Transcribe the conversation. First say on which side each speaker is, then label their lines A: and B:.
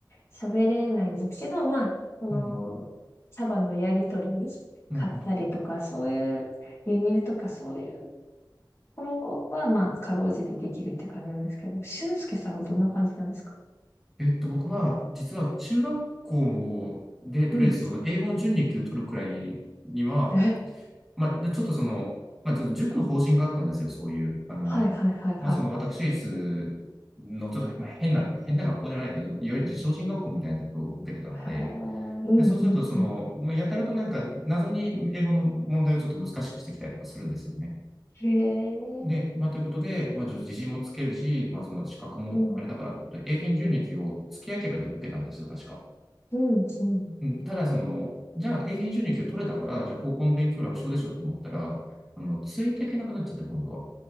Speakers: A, on the left; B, in the centre.
A: 喋れないんですけど、まあ、この、
B: うん
A: 茶葉のやりとり、
B: うんうんうん
A: 買ったりとか、そういう輸入とかそういうところは、まあ、かろうじてできるって感じなんですけど、俊介さんはどんな感じなんですか
B: えっと、僕は、実は中学校で、とりあえずその英語の準2級取るくらいには、
A: うん。え、
B: まあ、でちょっとその、まあ、ちょっと塾の方針があったんですよ、そういう。あの、
A: はいはいはいはいはい。
B: まあ、その私立のちょっと、まあ、変な、変な学校じゃないけど、いわゆる自称進学校みたいなところを受けてたので、
A: へーうんうんうん。
B: で、そうすると、その、もうやたらとなんか謎に英語の問題をちょっと難しくしてきたりとかするんですよね。
A: へえ、
B: で、まあ、ということで、まあ、ちょっと自信もつけるし、まあ、その資格もあれだからということで、
A: うん、
B: 英検準2級を付け焼き刃で受けたんですよ、確か。
A: うん、うん。
B: うん、ただその、じゃあ英検準2級取れたから、じゃあ高校の勉強楽勝でしょって思ったら、あの、ついていけなくなっちゃって、今度は。